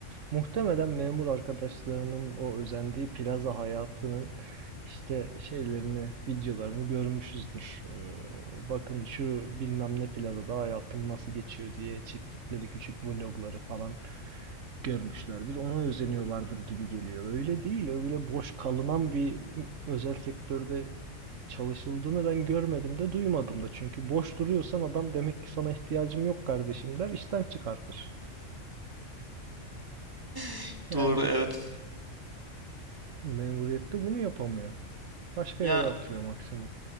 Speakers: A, on the right; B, on the right.
A: Muhtemelen memur arkadaşlarının o özendiği plaza hayatının işte şeylerini, videolarını görmüşüzdür. Ee, bakın şu bilmem ne plazada hayatım nasıl geçiyor diye çektikleri küçük vlogları falan görmüşlerdir. Ona özeniyorlardır gibi geliyor. Öyle değil, öyle boş kalınan bir özel sektörde çalışıldığını ben görmedim de duymadım da. Çünkü boş duruyorsan adam demek ki sana ihtiyacım yok kardeşim der, işten çıkartır.
B: <laughs>
A: Yani
B: Doğru evet.
A: memuriyette bunu yapamıyor. Başka
B: Yani
A: yere atıyor maksimum.